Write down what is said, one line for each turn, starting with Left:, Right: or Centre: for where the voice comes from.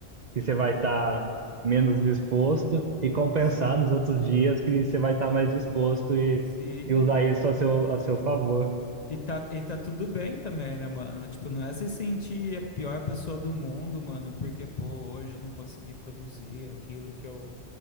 Right: que você vai estar menos disposto e compensar
Left: sim,
Right: nos outros dias que você vai estar mais disposto e,
Left: sim.
Right: e usar isso a seu, a seu favor.
Left: E tá, e tá tudo bem também, né, mano? Tipo, não é se sentir a pior pessoa do mundo, mano, porque, pô, hoje eu não consegui produzir aquilo que eu,